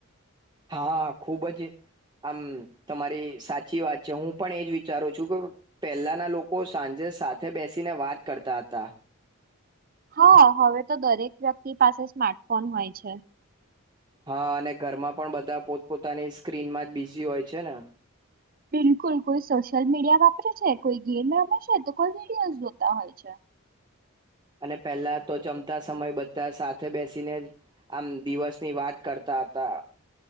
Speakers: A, on the right (about 20°); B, on the right (about 40°).
A: હા ખુબ જ આમ તમારી સાચી વાત છે હું પણ એજ વિચારું છું કે પહેલાના લોકો સાંજે સાથે બેસીને વાત કરતા હતા
B: હા હવે તો દરેક વ્યક્તિ પાસે સ્માર્ટફોન હોય છે
A: હા અને ઘરમાં પણ બધા પોતપોતાની સ્ક્રીન માં જ બિઝી હોય છે ને
B: બિલકુલ કોઈ સોશિયલ મીડિયા વાપરે છે કોઈ ગેમ રાપરે છે તો કોઈ વિડિયો જોતા હોય છે
A: અને પહેલા તો જમતા સમય બધતા સાથે બેસીને આમ દિવસની વાત કરતા હતા